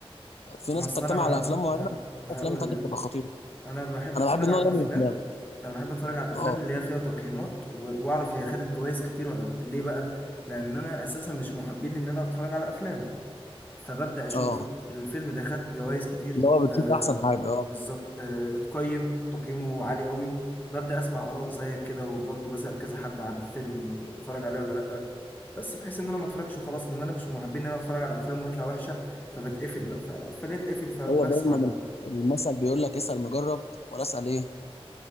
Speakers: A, on the left; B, on the left.
A: في
B: ما
A: ناس
B: اصل
A: بتجتمع
B: انا
A: على افلام معينه
B: ه... ه... هقول
A: افلام تانية
B: لك
A: بتبقى خطيره
B: انا بحب
A: انا
B: اتفرج
A: بحب النوع
B: على الافلام
A: ده من الافلام
B: انا بحب اتفرج على الافلام
A: اه
B: اللي هي فيها تقييمات و... واعرف هي خدت جوائز كتير ولا لا ليه بقى لان انا اساسا مش محبين ان انا اتفرج على افلام فببدأ أشوف
A: اه
B: الفيلم ده خد جوائز كتير
A: اللي هو بتشوف
B: آه
A: احسن حاجه اه
B: بالظبط آه اتقيم تقييمه عالي قوي ببدأ أسمع آراء زيك كده وبرضه بسأل كذا حد عن فيلم اتفرج عليه ولا لأ بس بحيث إن أنا ما اتفرجش وخلاص لأن أنا مش من محبين إن أنا أتفرج على أفلام ويطلع وحشة فبتقفل بقى ف... فليه أتقفل فبسمع
A: هو دايما
B: الأول
A: المثل بيقول لك اسال مجرب ولا اسال ايه